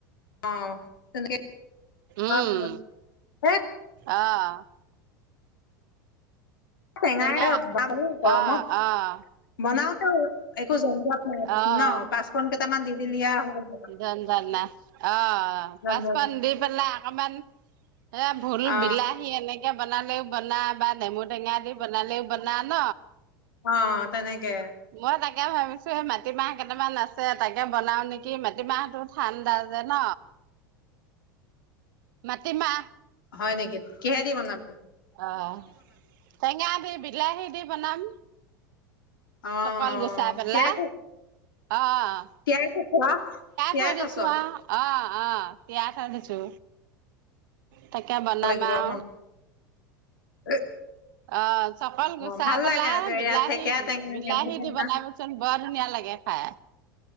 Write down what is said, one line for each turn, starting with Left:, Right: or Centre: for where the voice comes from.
Left: অ তেনেকে
Right: উম
Left: অ এ
Right: অ'
Left: টেঙাই
Right: টেঙা
Left: ধৰক খাওঁ গৰমত
Right: আহ আহ
Left: বনাওতেও একো জনজাত নাই
Right: আহ
Left: ন পাঁচপন কেইটামান দি দিলি আও হয়।
Right: জনজাত নাই অ'
Left: জঞ্জট
Right: পাঁচপন দি পেলাই অকমান এ ভুল,
Left: অ
Right: বিলাহী এনেকে বনালেও বনা বা নেমু টেঙা দি বনালেও বনা ন
Left: অ' তেনেকে
Right: মই তাকে ভাবিছো এই মাটিমাহ কেইটামান আছে তাকে বনাও নেকি। মাটিমাহটো ঠাণ্ডা যে ন' মাটিমাহ।
Left: হয় নেকি কিহেদি বনাব?
Right: অ' টেঙা দি বিলাহী দি বনাম।
Left: অ
Right: চকাল গুচা পেলা
Left: তিয়াই থ
Right: অ'
Left: তিয়াই থৈছ' তিয়াই
Right: থৈ দিছো
Left: থৈছ'?
Right: আৰু অ' অ' তিয়াই থৈ দিছো তাকে বনাম
Left: লাগিব
Right: আৰু
Left: মন <inaudible>
Right: অ' চকল গুচাই
Left: অ ভাল
Right: পেলাই
Left: লাগে
Right: বিলাহী
Left: ইয়াত ঠেকেৰা টেঙা
Right: বিলাহী
Left: নেমু টেঙা
Right: দি বনাবা চোন বৰ ধুনীয়া লাগে খাই।